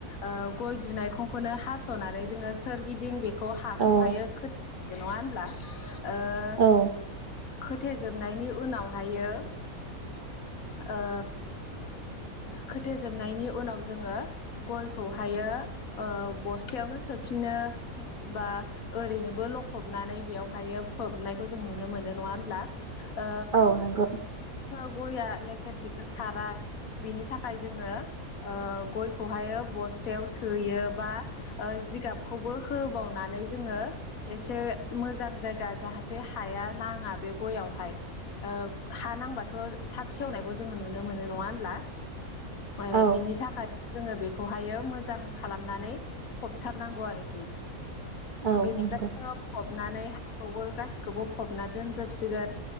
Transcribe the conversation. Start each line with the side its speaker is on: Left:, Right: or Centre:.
Left: ओ गय दुनायखौनो हासनानै जोंङो सोरगिदिं बेखौ हाखौहायो
Right: औ
Left: नङा होनब्ला? ओ
Right: औ
Left: खोथेजोबनायनि उनावहायो ओ खोथेजोबनायनि उनाव जोंङो गयखौ थायो ओ बस्थायावनो सोफिनो बा ओरैनोबो लखबनानै बेयावहायो फोबनायखौ जों नुनो मोनो नङा होनब्ला? ओ
Right: औ नंगौ
Left: जोङो गया लेथेर फेते खारा बिनि थाखाय जोङो ओ गयखौहाय बस्थ थायाव सोयो बा जिगाबखौबो होबावनानै जोङो एसे उम मोजां जायगा जाहाथे हाया नाङा बे गयावहाय ओब हा नांबाथ थाब सेवनायखौ जोङो नुनो मोनो नङा होमब्ला ओ
Right: औ
Left: बिनि थाखाय जोङो बेखौहायो मोजां खालामनानै फबथारनांगौ आरोखि
Right: औ
Left: बेनिफ्राय
Right: नंगौ
Left: जोङो फबनानै खौबो गासिखौबो फबना दोनजोबसिगोन